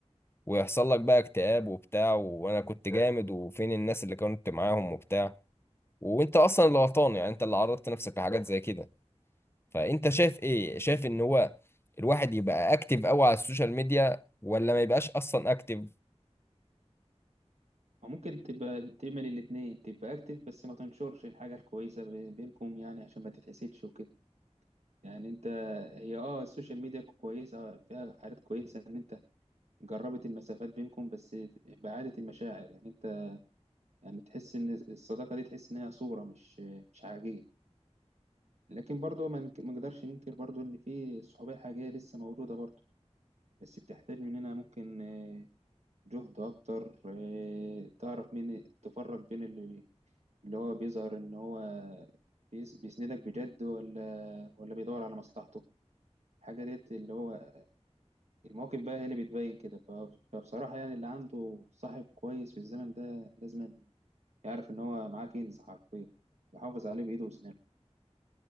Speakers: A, on the left (about 20°); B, on the right (about 70°).
A: ويحصل لك بقى اكتئاب وبتاع وانا كنت جامد وفين الناس اللي كنت معاهم وبتاع وانت اصلا اللي غلطان يعني انت اللي عرضت نفسك لحاجات زي كده فانت شايف ايه شايف ان هو الواحد يبقى اكتف قوي على السوشيال ميديا ولا ما يبقاش اصلا اكتف
B: او ممكن تبقى تعمل الاثنين تبقى اكتف بس ما تنشرش الحاجه الكويسه بي- بينكم يعني عشان ما تتحسدش وكده يعني انت هي اه السوشيال ميديا كويسه فيها حاجات كويسه ان انت جربت المسافات بينكم بس بعاده المشاعر يعني انت يعني تحس ان الصداقه دي تحس ان هي صوره مش مش حقيقيه لكن برضه ما نك- ما نقدرش ننكر برضه ان في الصحوبيه الحقيقيه لسه موجوده برضه بس بتحتاج مننا ممكن جهد أكتر آه، تعرف مين تفرق بين اللي اللي هو بيظهر إن هو بيس- بيسندك بجد ولا ولا بيدور على مصلحته حاجة ديت اللي هو المواقف بقى هي اللي بتبين كده ف- فبصراحة يعني اللي عنده صاحب كويس في الزمن ده لازم يعرف إن هو معاه كنز حرفيا يحافظ عليه بإيده وأسنانه